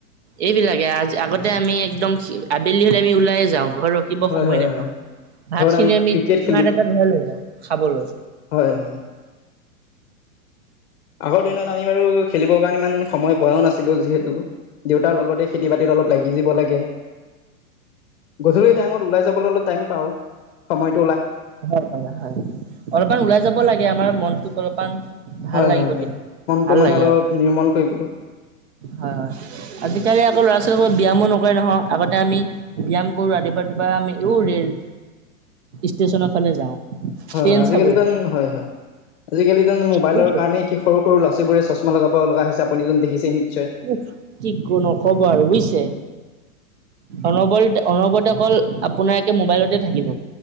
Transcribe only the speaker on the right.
এইবিলাকে আজ আগতে আমি একদম আবেলি হলে আমি ওলাইে যাওঁ। ঘৰ ৰখিব
সময়
নেপাওঁ।
ভাতখিনি
আমি
চুঙাত
এটাত ভৰাই লৈ যাওঁ খাবলৈ।
হয়, হয়, হয়, অলপমান ওলাই যাব লাগে আমাৰ মনটোক অলপমান ভাল
লাগিব
তেতিয়া।
ভাল
লাগে
অ
হয় হয় আজিকালি আকৌ ল'ৰা ছোৱালী ব্যায়ামো নকৰে নহয় আগতে আমি ব্যায়াম কৰো ৰাতিপুৱা ৰাতিপুৱা আমি এই ৰেল ষ্টেশচনৰ ফালে যাওঁ
ট্ৰেইন
চাবলৈ
বুজিছে
উ কি কো নকব আৰু বুজিছে অনবল অনবৰতে অকল আপোনাৰ একে মোবাইলতে থাকিব।